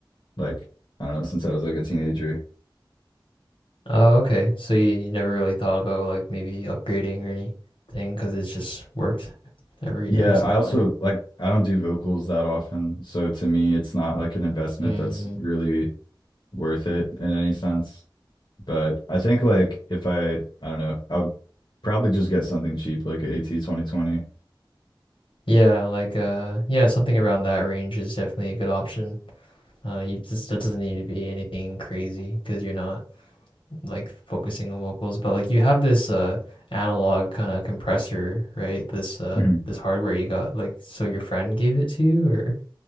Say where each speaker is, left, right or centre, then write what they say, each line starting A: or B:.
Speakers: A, on the left; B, on the left.
A: like I don't know since I was like a teenager.
B: Oh, okay. So you, you never really thought about like maybe upgrading or anything because it's just worked every
A: Yeah,
B: every single
A: I also
B: time.
A: like I don't do vocals that often, so to me it's not like an investment
B: Mm,
A: that's really worth it in any sense. But I think like if I I don't know, I would probably just get something cheap like an AT 2020.
B: yeah, like uh, yeah, something around that range is definitely a good option. Uh, you just that doesn't need to be anything crazy because you're not. like focusing on vocals, but like you have this uh analog kind of compressor, right? This uh
A: Mhm.
B: this hardware you got like so your friend gave it to you or